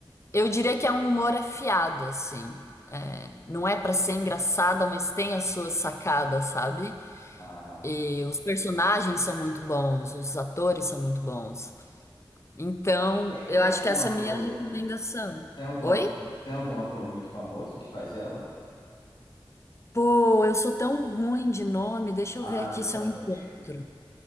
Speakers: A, on the left; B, on the left.
A: eu diria que é um humor afiado, assim. É, não é pra ser engraçada, mas tem as suas sacadas, sabe?
B: Ah.
A: E os personagens são muito bons, os atores são muito bons. Então,
B: Tem,
A: eu
B: tem
A: acho
B: algum
A: que essa
B: ator,
A: é a minha recomendação.
B: tem algum
A: Oi?
B: ator, tem algum ator muito famoso que faz ela?
A: Pô, eu sou tão ruim de nome, deixa
B: Ah,
A: eu ver aqui
B: eu
A: se
B: também.
A: eu encontro.